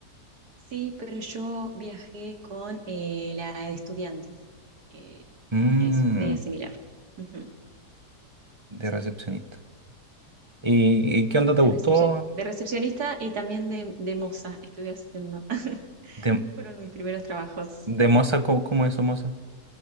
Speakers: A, on the right; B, on the right.
A: Sí, pero yo viajé con eh, la de estudiantes. Eh,
B: Mmm,
A: es media similar. Ujú,
B: de
A: sí,
B: recepcionista. ¿Y, y qué onda te
A: de
B: gustó?
A: recepción, de recepcionista y también de, de moza estuve haciendo. <laughs>
B: ¿De,
A: Fueron mis primeros trabajos.
B: de moza? ¿Cómo, cómo es moza?